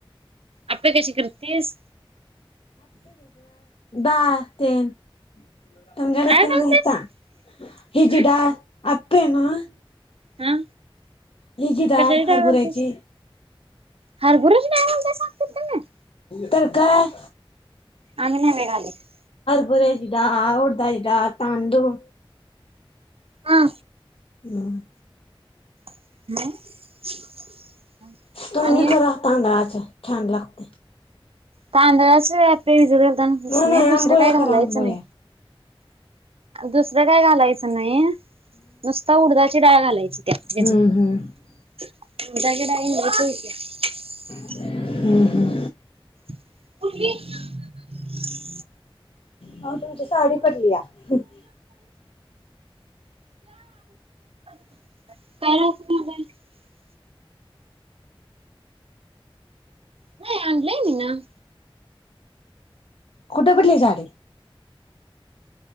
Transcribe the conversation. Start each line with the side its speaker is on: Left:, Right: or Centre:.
Right: आप्पे कशी करतेस?
Left: दहा तेन. <unintelligible> तमच्या
Right: डाळ घालतेस
Left: नता हि
Right: हम्म
Left: जिडा आ <unintelligible> ते ना <inaudible>
Right: हा.
Left: हे जी डाळ
Right: कशाची
Left: हरभऱ्याची.
Right: घालतेस हरभऱ्याची डाळ घालतेस आमच्यात तुम्ही
Left: तरकाय
Right: आम्ही नाही बाई घालीत. <inaudible>
Left: हरभऱ्याची डाळ, उडदाची डाळ, तांदूळ
Right: हा.
Left: हम्म.
Right: <inaudible>
Left: तुम्ही
Right: आणि
Left: करा तांदळाच्या छान लागते.
Right: तांदळ असे. <unintelligible> <unintelligible>
Left: नाही नाही आंबोळ्या
Right: दुसरं काय
Left: करा
Right: घालायचं
Left: आंबोळ्या
Right: नाही दुस काय घालायचं नाही नुसता उडदाची डाळ घालायची त्या त्याच्यात
Left: हम्म हम्म
Right: उडदाची डाळ <unintelligible>
Left: हम्म हम्म.
Right: <unintelligible>
Left: म तुमची साडी पडली या. <unintelligible>
Right: <inaudible> नाही आणलंय मी न.
Left: कुठे पडली साडी.